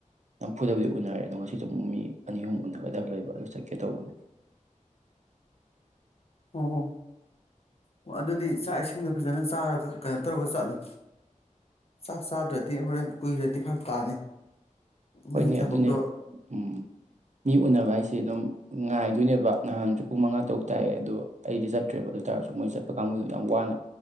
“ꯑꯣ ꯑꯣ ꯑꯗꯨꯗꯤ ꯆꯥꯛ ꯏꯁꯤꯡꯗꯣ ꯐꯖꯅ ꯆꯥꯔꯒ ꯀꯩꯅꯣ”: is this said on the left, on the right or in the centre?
Left